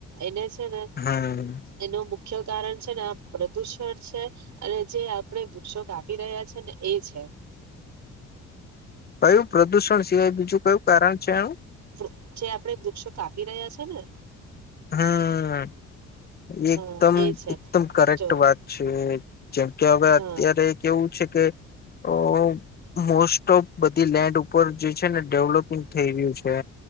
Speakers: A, on the right; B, on the left.
A: એને હે ને
B: હમ
A: એનો મુખ્ય કારણ છે ન પ્રદૂષણ છે અને જે આપણે વૃક્ષો કાપી આપી રહ્યા છે ને એ છે.
B: કયું પ્રદુષણ સિવાય બીજું કયું કારણ છે એનું
A: ૃ જે આપડણે વૃક્ષો કાપી રહ્યા છે ને
B: હા. એકદમ
A: હા એ છે
B: એકદમ કરેક્ટ
A: જો
B: વાત છે જેમ કે હવે
A: હા
B: અત્યારે કે એવું છે કે અ મોસ્ટ ઓફ બધી લેન્ડ ઉપર જે છે ને ડેવલોપિંગ થઈ રહ્યું છે.